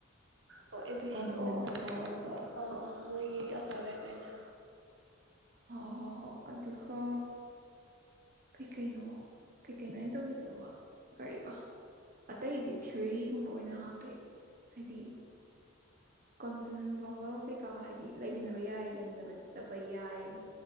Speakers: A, on the right; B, on the right.
A: ꯑꯣ ꯑꯦ ꯕꯤ
B: ꯀꯣꯟꯁꯅꯟꯒ
A: ꯁꯤ ꯑꯣ ꯑꯣ
B: ꯚꯥꯋꯜꯒꯒꯤ
A: ꯑꯥꯎ ꯑꯧ ꯃꯣꯏꯒꯤ ꯑꯜꯐꯥꯚꯦꯠ ꯑꯣꯏꯅ
B: ꯍꯣꯏ ꯍꯣꯏ ꯍꯣꯏ ꯑꯗꯨꯒ ꯀꯩꯀꯩꯅꯣ ꯀꯩꯀꯩꯅꯣ ꯑꯩꯅ ꯇꯧꯈꯤꯕꯗꯨꯕꯣ ꯀꯔꯤꯕ ꯑꯇꯩꯗꯤ ꯊꯦꯑꯣꯔꯤꯒꯨꯝꯕ ꯑꯣꯏꯅ ꯍꯥꯞꯄꯦ ꯍꯥꯏꯗꯤ ꯀꯣꯟꯁꯅꯦꯟ ꯚꯋꯜ ꯀꯩꯀꯥ ꯍꯥꯏꯗꯤ ꯂꯩꯃꯤꯟꯅꯕ ꯌꯥꯏ ꯂꯩꯃꯤꯟꯅꯗꯕ ꯌꯥꯏ